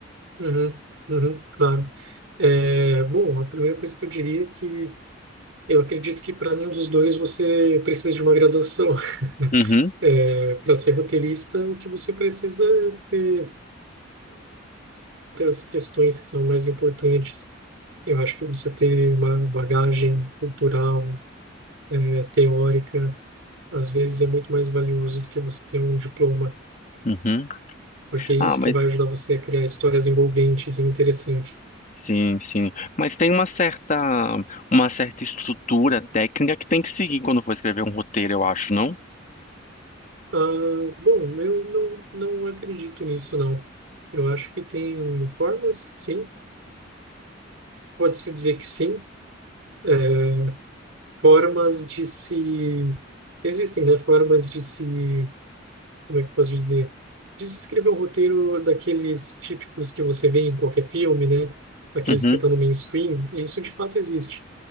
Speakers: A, on the right (about 80°); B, on the left (about 40°).
A: Uhum, uhum, claro. É, bom, a primeira coisa que eu diria é que eu acredito que para nenhum dos dois você precisa de uma graduação. <laughs>
B: Uhum,
A: É, para ser roteirista, o que você precisa é ter outras questões que são mais importantes. Eu acho que você ter uma bagagem cultural, é, teórica, às vezes é muito mais valioso do que você ter um diploma,
B: uhum.
A: porque é isso
B: Ah, mas
A: que vai ajudar você a criar histórias envolventes e interessantes.
B: Sim, sim. Mas tem uma certa, uma certa estrutura técnica que tem que seguir quando for escrever um roteiro, eu acho, não?
A: Ah, bom, eu não, não acredito nisso, não. Eu acho que tem formas, sim, pode-se dizer que sim, é, formas de se. Existem, né? Formas de se. Como é que eu posso dizer? De se escrever um roteiro daqueles típicos que você vê em qualquer filme, né? Aqueles
B: Uhum.
A: que estão no mainstream. Isso de fato existe,